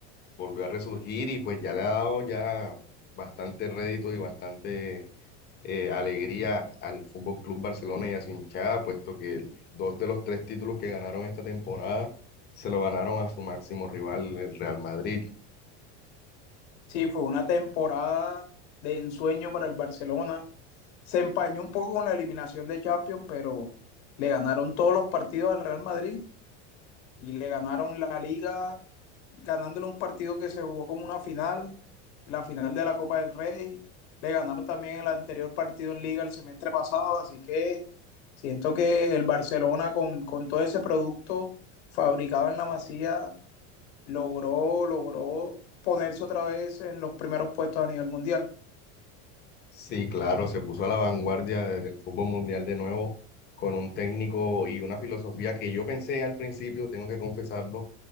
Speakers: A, on the left (about 30°); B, on the left (about 70°).
A: volvió a resurgir y pues ya le ha dado ya bastante rédito y bastante eh, alegría al Fútbol Club Barcelona y a su hinchada, puesto que el- dos de los tres títulos que ganaron esta temporada se lo ganaron a su máximo rival, el Real Madrid.
B: Sí, fue una temporada de ensueño para el Barcelona. Se empañó un poco con la eliminación de Champions, pero le ganaron todos los partidos al Real Madrid y le ganaron la Liga, ganándole un partido que se jugó como una final, la final de la Copa del Rey. Le ganaron también el anterior partido en Liga el semestre pasado, así que siento que el Barcelona con, con todo ese producto fabricado en la Masía logró, logró ponerse otra vez en los primeros puestos a nivel mundial.
A: Sí, claro, se puso a la vanguardia de- del fútbol mundial de nuevo con un técnico y una filosofía que yo pensé al principio, tengo que confesarlo,